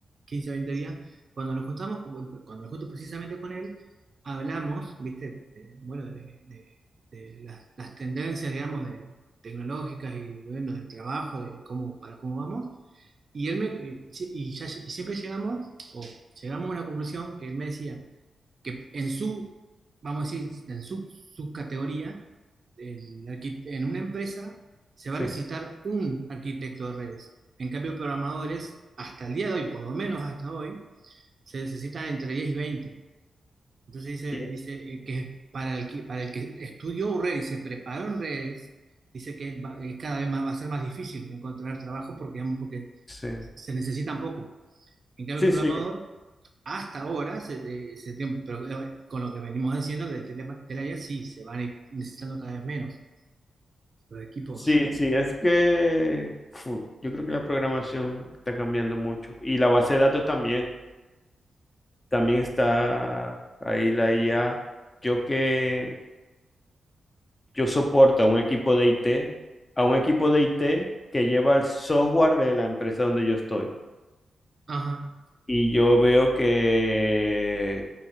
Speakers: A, on the right; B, on the left.
A: 15 o 20 días, cuando nos juntamos, cuando me junto precisamente con él, hablamos, viste, de- bueno, de, de- de las, las tendencias, digamos, de, tecnológicas y, bueno, del trabajo, de cómo, para cómo vamos. Y él me, y, y ya- y siempre llegamos, o llegamos a una conclusión que él me decía, que en su, vamos a decir, en su subcategoría, el arqui- en una empresa se va
B: Sí,
A: a necesitar un arquitecto de redes. En cambio, programadores, hasta el día de hoy, por lo menos hasta hoy, se necesitan entre diez y veinte Entonces dice,
B: sí,
A: dice eh, que para el que, para el que estudió redes y se preparó en redes, dice que va- eh, cada vez más va a ser más difícil encontrar trabajo porque, digamos, porque
B: sí.
A: se necesitan poco. En cambio,
B: Sí,
A: el programador,
B: sí.
A: hasta ahora, se, eh, se tiene- pero, eh, con lo que venimos diciendo, que el tele- Telaya sí, se van e- necesitando cada vez menos los equipos.
B: Sí,
A: eh,
B: sí, es que fu, yo creo que la programación está cambiando mucho y la base de datos también, también está ahí la IA. Yo que yo soporto a un equipo de IT, a un equipo de IT que lleva el software de la empresa donde yo estoy
A: ajá,
B: y yo veo que